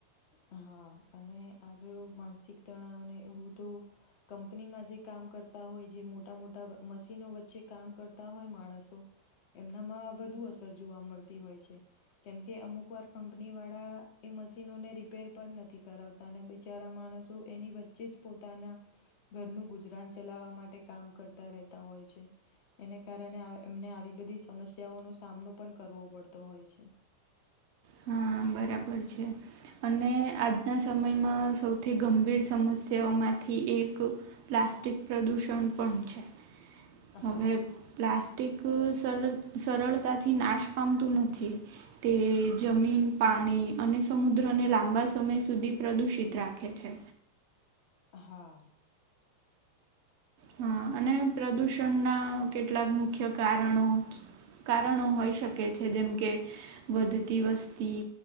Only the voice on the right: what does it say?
હા બરાબર છે. અને આજના સમયમાં સૌથી ગંભીર સમસ્યાઓ માંથી એક પ્લાસ્ટિક પ્રદૂષણ પણ છે. હવે
પ્લાસ્ટિક સર સરળતાથી નાશ પામતું નથી. તે જમીન પાણી અને સમુદ્રને લાંબા સમય સુધી પ્રદૂષિત રાખે છે.
હા અને પ્રદુષણના કેટલાક મુખ્ય કારણો ચ કારણો હોઈ શકે છે જેમ કે વધતી વસ્તી